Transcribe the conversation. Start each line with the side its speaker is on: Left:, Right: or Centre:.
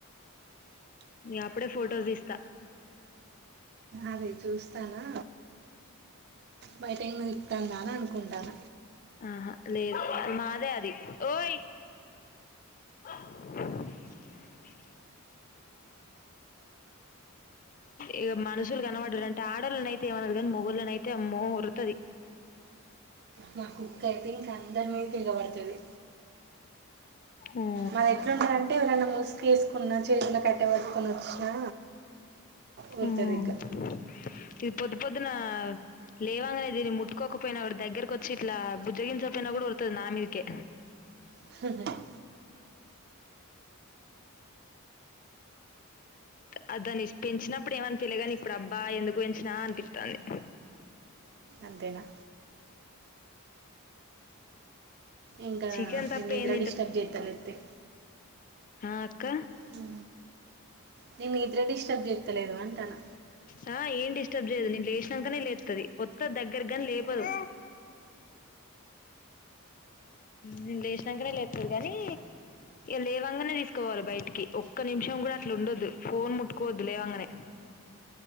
Left: ఇంగ అప్పుడే ఫొటోస్ తీస్తా
Right: అదే చూస్తానా బయట ఇంగ కందాన అనుకుంటాన
Left: ఆహా లేదు మాదే అది ఓయ్ <inaudible> ఇగ మనుషులు కనపడ్డారు అంటే ఆడళ్ళనైతే ఏమనదు కాని మొగళ్ళనైతే అమ్మో ఉరతది
Right: మా కుక్క అయితే ఇంక అందరి మీదకిగబడతాది
Left: ఆ
Right: మన ఎట్లు ఉన్నారంటే ఎవరైన్నా మూసుకో వేసుకున్న చేతిలో కట్ట పెట్టుకొని, అనుషా వత్తడింక
Left: హ్మ్ ఇది పొద్దు పొద్దున లేవాగానే ముట్టుకోకపోయినా కూడా దగ్గరకు వచ్చి ఇట్లా బుజ్జగించకపోయినా కూడా వరుతుంది నా మీదకే
Right: హూ ఆహ్
Left: అ దాన్ని పెంచినప్ ఇప్పుడు ఏమీ అనిపియాల గాని తెలియగాని ఇప్పుడు అబ్బా ఎందుకు పెంచినా అనిపిస్తుంది
Right: అంతేనా ఇకా
Left: చికెన్
Right: నీ
Left: తప్ప
Right: నీద్ర
Left: ఏం
Right: డిస్టర్బ్ జైతలతే
Left: హా అక్క
Right: హా నేను మీ నిద్ర డిస్టర్బ్ చెస్తలేదు అంటాను
Left: హా ఏం డిస్టర్బ్ చేయదు నేను లేచినకనే లేచ్ ది వొత్త దగ్గరగాని లేపోదు నేను లేచినాకనే లేతుది కానీ లేవంగానే తీసుకోవాలి బయటికి ఒక్క నిమిషం కూడా అట్లా ఉండొద్దు ఫోన్ ముట్టుకోవద్దు లేవంగానే